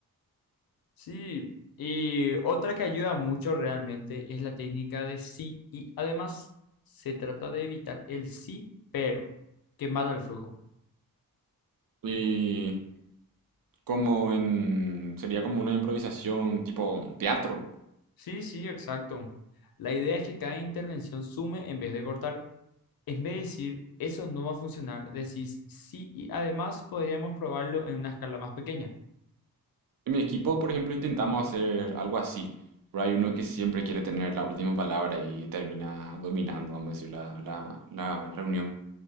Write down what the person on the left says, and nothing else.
Sí, y otra que ayuda mucho realmente es la técnica de sí y además. Se trata de evitar el sí, pero, que mata el flujo.
Sí, sí, exacto. La idea es que cada intervención sume en vez de cortar. En vez de decir, eso no va a funcionar, decís sí y además podríamos probarlo en una escala más pequeña.